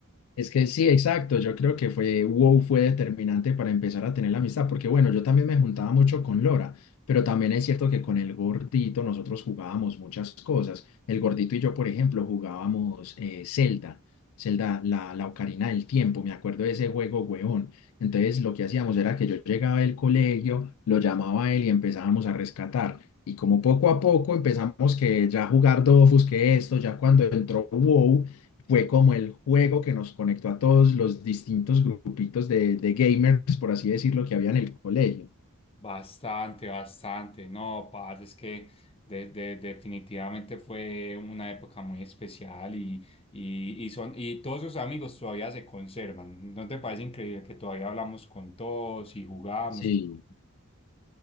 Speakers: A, on the left (about 70°); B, on the left (about 25°).
A: Es que sí, exacto. Yo creo que fue WoW fue determinante para empezar a tener la amistad, porque bueno, yo también me juntaba mucho con Lora, pero también es cierto que con el gordito nosotros jugábamos muchas cosas. El gordito y yo, por ejemplo, jugábamos eh, Zelda, Zelda, la, la Ocarina del Tiempo. Me acuerdo de ese juego, huevón. Entonces, lo que hacíamos era que yo llegaba del colegio, lo llamaba a él y empezábamos a rescatar. Y como poco a poco empezamos que ya jugar Dofus, que esto, ya cuando entró WoW fue como el juego que nos conectó a todos los distintos grupitos de, de gamers, por así decirlo, que había en el colegio.
B: Bastante, bastante. No, parce, es que de- de- definitivamente fue una época muy especial y, y, y son, y todos sus amigos todavía se conservan. ¿No te parece increíble que todavía hablamos con todos y jugamos
A: Sí.
B: y todo?